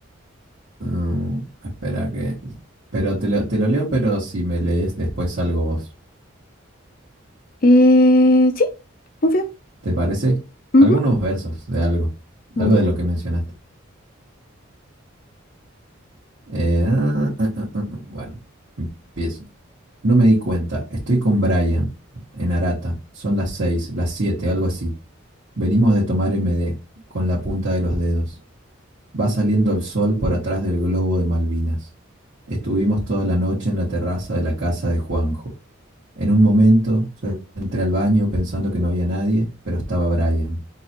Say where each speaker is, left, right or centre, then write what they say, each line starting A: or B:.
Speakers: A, on the right; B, on the left.
A: Mm, espera que... Pero te lo, te lo leo, pero si me lees después algo vos.
B: Eh, sí, obvio.
A: ¿Te parece?
B: Ujú,
A: Algunos versos de algo,
B: ya.
A: algo de lo que mencionaste. Eh, ah, ah, ah, ah, ah. bueno, empiezo. No me di cuenta, estoy con Brian en Arata, son las seis, las siete, algo así. Venimos de tomar MD con la punta de los dedos. Va saliendo el sol por atrás del globo de Malvinas. Estuvimos toda la noche en la terraza de la casa de Juanjo. En un momento yo entré al baño pensando que no había nadie, pero estaba Brian.